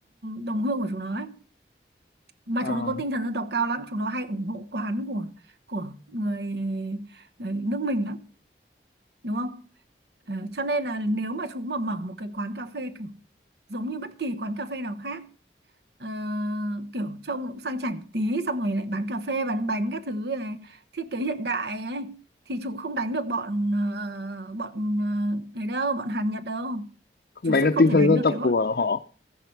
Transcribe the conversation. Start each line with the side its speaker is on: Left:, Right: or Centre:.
Right: đồng hương của chúng nó ấy mà
Left: Ờ,
Right: chúng nó có tinh thần dân tộc cao lắm chúng nó hay ủng hộ quán của của người, người nước mình lắm đúng không Ờ, cho nên là nếu mà chú mà mở một cái quán cà phê kiểu giống như bất kỳ quán cà phê nào khác ờ, kiểu trông cũng sang chảnh một tí xong rồi lại bán cà phê bán bánh các thứ này, thiết kế hiện đại ấy thì chú không đánh được bọn ờ, bọn uh, ấy đâu bọn Hàn Nhật đâu
Left: không
Right: chú
Left: đánh
Right: sẽ
Left: được
Right: không
Left: tinh
Right: thể
Left: thần
Right: đánh
Left: dân
Right: được
Left: tộc
Right: cái bọn
Left: của họ